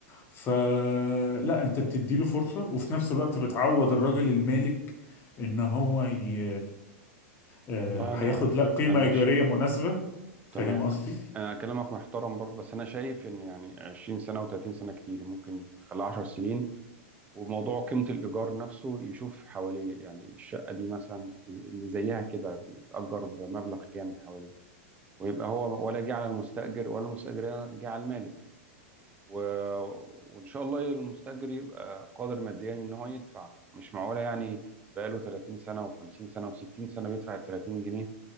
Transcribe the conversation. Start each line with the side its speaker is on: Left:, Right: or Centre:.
Left: فلا انت بتديله فرصة وفي نفس الوقت بتعوض الراجل المالك ان هو ي... آه،
Right: والله انا
Left: هياخد لا قيمة
Right: انا
Left: إيجارية
Right: ش...
Left: مناسبة فاهم
Right: تمام
Left: قصدي
Right: انا كلامك محترم برضه بس انا شايف ان يعني 20 سنة و30 سنة كتير ممكن تخليها 10 سنين وموضوع قيمة الإيجار نفسه يشوف حواليه يعني الشقة دي مثلا اللي زيها كده بيتأجر بمبلغ كام حواليه ويبقى هو ولا جه على المستأجر ولا المستأجر جه على المالك و... وإن شاء الله المستأجر يبقى قادر ماديا إن هو يدفع مش معقولة يعني بقاله 30 سنة و50 سنة و60 سنة بيدفع ال 30 جنيه